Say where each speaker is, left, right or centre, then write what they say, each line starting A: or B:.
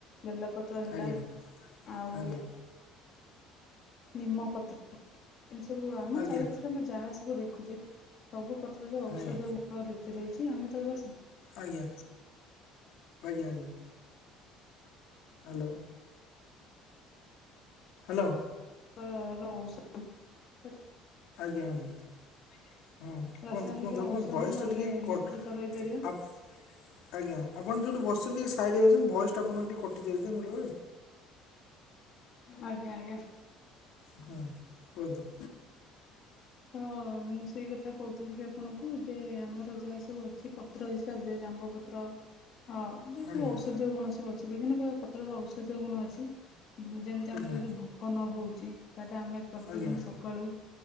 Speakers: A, on the left; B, on the left.
A: ବେଲପତ୍ର ହେଲା,
B: ଆଜ୍ଞା
A: ଆଉ
B: ଆଜ୍ଞା।
A: ନିମପତ୍ର ଏମତି ସବୁ ଆମ
B: ଆଜ୍ଞା
A: ଚାରିପଟରେ ଆମେ ଯାହା ସବୁ ଦେଖୁଛେ ସବୁ ପତ୍ରରେ ଔଷଧ
B: ଆଜ୍ଞା
A: ଗୁଣ ଲୁଚି ରହିଛି ଆମେ ତାକୁ ବାସେ
B: ଆଜ୍ଞା। ଆଜ୍ଞା ଆଜ୍ଞା। ହାଲୋ। ହାଲୋ।
A: ଅ ରହୁ <unintelligible>
B: ଆଜ୍ଞା ଆଜ୍ଞା। ହଁ
A: ରାସାୟନିକ
B: କୁହନ୍ତୁ, କୁହନ୍ତୁ, ଆପଣ
A: ଔଷଧରୁ
B: ଭଏସ୍ ଟା
A: ଆମେ
B: ଟିକେ କ
A: ନିବୃତ୍ତ ରହିପାରିବା
B: ଆଜ୍ଞା, ଆପଣ ଯୋଉଠି ବସିଛନ୍ତି ସାଇଟି ଅଛନ୍ତି ଭଏସ୍ ଟା ଆପଣଙ୍କ ଟିକେ କଟିଯାଇଛି ବେଳେ ବେଳେ।
A: ଆଜ୍ଞା ଆଜ୍ଞା।
B: ହୁଁ, କୁହନ୍ତୁ?
A: ହଁ। ମୁଁ ସେଇ କଥା କହୁଥିଲି କି ଆପଣଙ୍କୁ, ଯେ ଆମର ଯାହା ସବୁ ଅଛି ପତ୍ର ହିସାବରେ, ଜାମ୍ବପତ୍ର ହଁ। ଯେଉଁ
B: ଆଜ୍ଞା।
A: ସବୁ ଔଷଧୀୟ ଗୁଣ ସବୁ ଅଛି। ବିଭିନ୍ନ ପ୍ରକାର ପତ୍ରର ଔଷଧୀୟ ଗୁଣ ଅଛି ଯେମିତି ଆମକୁ
B: ଆଜ୍ଞା।
A: ଯଦି କନ ହେଉଛି, ତାହେଲେ ଆମେ ପ୍ରତିଦିନ୍
B: ଆଜ୍ଞା
A: ସକାଳୁ